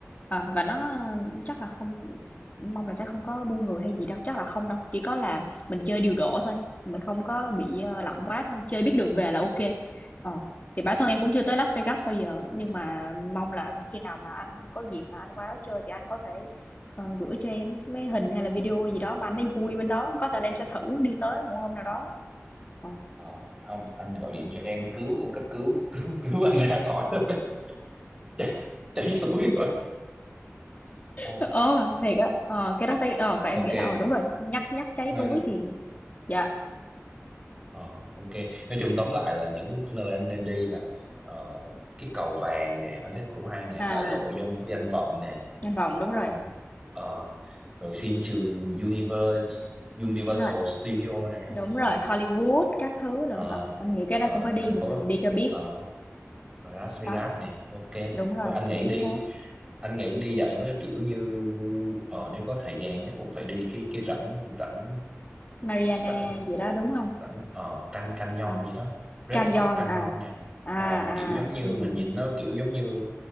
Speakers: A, on the left (about 35°); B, on the right (about 15°).
A: Ờ, và nó chắc là không mong là sẽ không có buôn người hay gì đâu, chắc là không đâu, chỉ có là mình chơi điều độ thôi, mình không có bị ờ, lặng quá thôi, chơi biết đường về là ok. Ờ thì bản thân em cũng chưa tới Las Vegas bao giờ, nhưng mà mong là khi nào mà anh có dịp mà anh qua đó chơi thì anh có thể ờ, gửi cho em mấy hình hay là video gì đó mà anh thấy vui bên đó, có thể là em sẽ thử đi tới một hôm nào đó. Ờ,
B: Ờ, không anh gọi điện cho em cứu cấp cứu <laughs> cứu cứu anh ra khỏi thôi <laughs> chảy, chảy suối rồi ok
A: ờ thiệt á, ờ, cái đó phải, ờ, và em
B: ok
A: nghĩ là, ờ đúng rồi, nhắc nhắc cháy
B: nên
A: túi thì, dạ,
B: ờ, ok nói chung tóm lại là những nơi anh nên đi là ờ, cái cầu vàng nè anh thấy cũng hay nè
A: à,
B: đại lộ danh danh vọng nè
A: danh vọng
B: ờ,
A: đúng rồi,
B: ờ, rồi phim trường Universe Universal
A: đúng rồi,
B: Studio nè
A: đúng
B: ờ,
A: rồi, Hollywood các thứ nữa,
B: ờ,
A: ờ, em nghĩ cái
B: ờ,
A: đó cũng phải đi
B: thành
A: một
B: phố
A: đi cho biết,
B: ờ, và Las Vegas
A: đó,
B: nè ok
A: đúng rồi,
B: thôi anh nghĩ
A: chính
B: đi
A: xác,
B: anh nghĩ đi dạy với kiểu như ờ nếu có thời gian chắc cũng phải đi cái cái rãnh rãnh
A: Mariana
B: rãnh
A: gì đó đúng không?
B: rãnh ờ Can Canyon
A: Ờ
B: gì đó Red
A: Canyon
B: Rock Canyon
A: à.
B: nè
A: À,
B: ờ
A: à,
B: kiểu giống như
A: ừm,
B: mình nhìn nó kiểu giống như